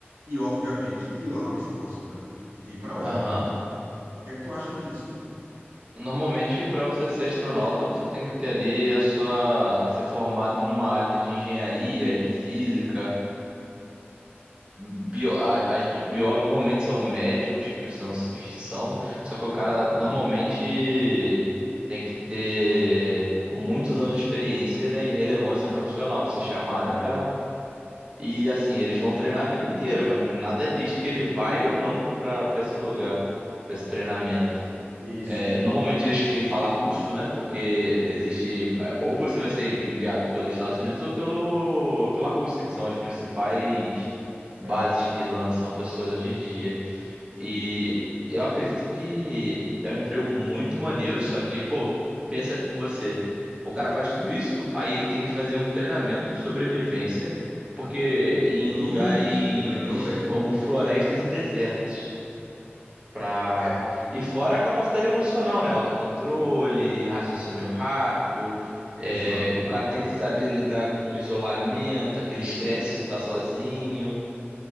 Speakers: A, on the right; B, on the right.
A: e, obviamente, ir lá no espaço, né? Ir para a órbita.
B: aham.
A: O que é que tu achas disso?
B: Normalmente, para você ser astronauta, você tem que ter ali a sua... ser formado numa área de engenharia, de física. Bio... a- As de
A: Isso.
B: biólogos normalmente são médicos que precisam que são, só que o cara normalmente tem que ter muitos anos de experiência, né, e relevância profissional para ser chamado
A: É,
B: para E assim, eles vão treinar a vida inteira, mas nada diz que ele vai ou não pra para esse lugar, pra esse treinamento.
A: isso.
B: É, normalmente eles têm que falar russo, né? Porque existe, é, ou você vai ser enviado pelos Estados Unidos ou pelo pela Rússia, que são as principais bases
A: É.
B: que lançam pessoas hoje em dia. E eu acredito que é um emprego muito maneiro, só que, pô, pensa com você. O cara faz tudo isso, aí ele tem que fazer um treinamento de sobrevivência, porque em
A: Isso.
B: lugares
A: Lembrou bem.
B: como florestas e desertos. Pra...
A: É,
B: E fora a capacidade emocional, né? Autocontrole, raciocínio rápido.
A: exatamente.
B: é, O cara tem que saber lidar com o isolamento, aquele estresse de estar sozinho.